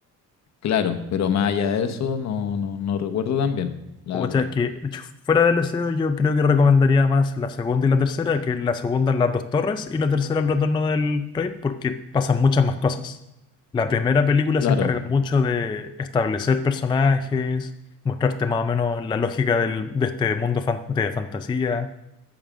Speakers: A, on the left; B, on the left.
A: claro, pero más allá de eso no, no, no recuerdo tan bien, la
B: O
A: verdad.
B: sea, que de hecho, fuera del SEO yo creo que recomendaría más la segunda y la tercera, que la segunda es las dos torres y la tercera el retorno del rey, porque pasan muchas más cosas. La primera película
A: Claro,
B: se encarga mucho de establecer personajes, mostrarte más o menos la lógica del- de este mundo fan- de fantasía